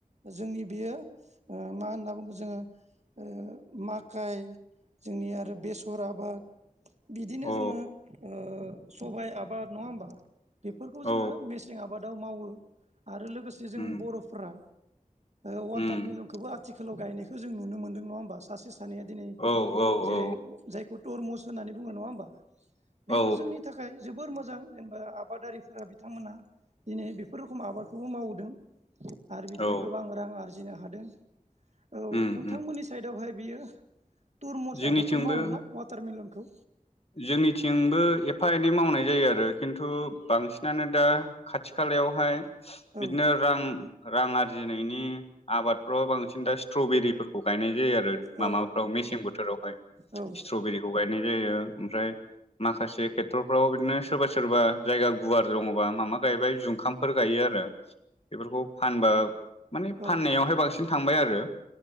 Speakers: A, on the right; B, on the left.
A: जोंनि बेयो ओ‌ मा होनना बुङो जोङो ओ माकाइ जोंनि आरो बेसर आबाद बिदिनो
B: औ
A: जोङो ओ सबाइ आबाद नङा होमबा बेफोरखौ जोङो
B: औ
A: मेसें आबादाव मावो आरो लोगोसे जों
B: उम
A: बर'फोरा ओ वाटारमिलनखौबो
B: उम
A: आथिखालाव गायनायखो जों नुनो मोनदों नङा होमबा सासेस सानैया दिनै
B: औ
A: जेरै
B: औ
A: अ जायखौ तरमुस होननानै बुङो नङा होमबा? बेबो
B: औ
A: जोंनि थाखाय जोबोर मोजां जेनबा आबादारिफोरा बिथांमोना दिनै बेफोर रखम आबादखौबो मावबोदों। आरो बिदिनो
B: औ
A: गोबां रां आरजिनो हादों औ
B: उम
A: नोंथांमोननि
B: उम
A: साइदआवहाय बेयो तुरमुस
B: जोंनिथिंबो
A: आबादखौ मावो ना वाटारमिलनखौ?
B: जोंनिथिंबो एफा एनै मावनाय जायो आरो खिन्थु बांसिनानो दा खाथि खा लायावहाय
A: औ
B: बिदनो रां रां आरजिनायनि आबादफ्राव बांसिन दा स्ट्रबेरिफोर ख खौ गायनाय जायो आरो
A: औ
B: मामाफ्राव मेसें बोथोरावहाय
A: औ
B: स्ट्रबेरिखौ गायनाय जायो। ओमफ्राय माखासे खेथ्रफ्राव बिदिनो सोरबा सोरबा जायगा गुवार दङबा मामा गायबाय जुंखामफोर गायो ओरो बेफोरखौ फानबा माने
A: औ
B: फाननायावहाय बांसिन थांबाय आरो